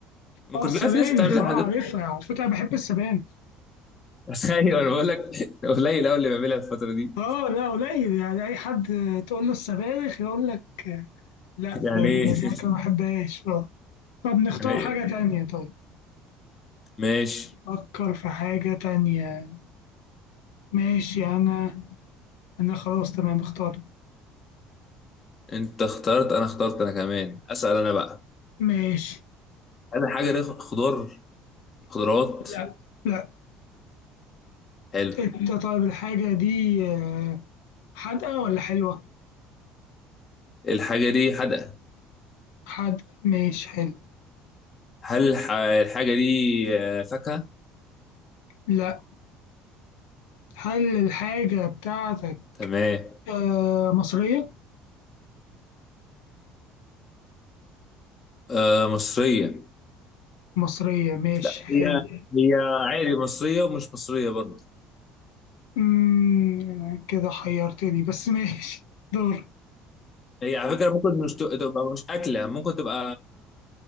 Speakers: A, on the left (about 40°); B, on the left (about 80°).
A: ما
B: اه
A: كلها
B: السبانخ
A: في ناس بتعملها
B: اه
A: لحد دلوقتي
B: عارفها على فكرة أنا بحب السبانخ
A: <laughs> ايوه انا بقول لك قليل قوي اللي بيعملها الفتره دي
B: اه لا قليل يعني اي حد تقول له السبانخ يقول لك لا
A: يعني
B: ده الكعكه
A: <laughs> ايه
B: ما بحبهاش اه طب نختار
A: أيوة.
B: حاجه تانية طيب
A: ماشي
B: فكر في حاجه تانية ماشي انا انا خلاص تمام اخترت
A: انت اخترت انا اخترت انا كمان اسال انا بقى
B: ماشي
A: هل الحاجه دي خضار خضروات
B: لا لا
A: حلو
B: انت طيب الحاجه دي آه، حادقه ولا حلوه
A: الحاجه دي حدقه
B: حادقه ماشي حلو
A: هل الح- الحاجه دي آه، فاكهه
B: لا هل الحاجه بتاعتك
A: تمام
B: آه، مصريه
A: آه مصريه
B: مصريه ماشي
A: هي
B: حلو
A: هي عادي مصريه ومش مصريه برضه
B: مم، كده حيرتني بس ماشي دور
A: هي على فكره ممكن مش ت- تبقى مش اكله ممكن تبقى